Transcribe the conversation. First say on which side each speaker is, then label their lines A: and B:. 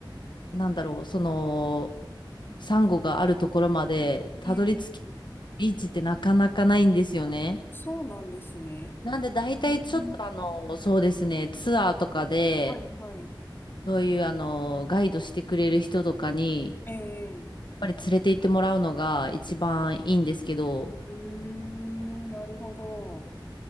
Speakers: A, on the left; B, on the left.
A: なんだろう、その、サンゴがあるところまでたどり着き、
B: ええ、
A: ビーチってなかなかないんですよね。
B: あ、そうなんですね。
A: なんで大体ちょっとあの、
B: うん、
A: そうですね、ツアーとかで、
B: はい、はい。
A: そういうあの、ガイドしてくれる人とかに、
B: ええ
A: やっぱり連れて行ってもらうのが一番いいんですけど、
B: うーん、なるほど。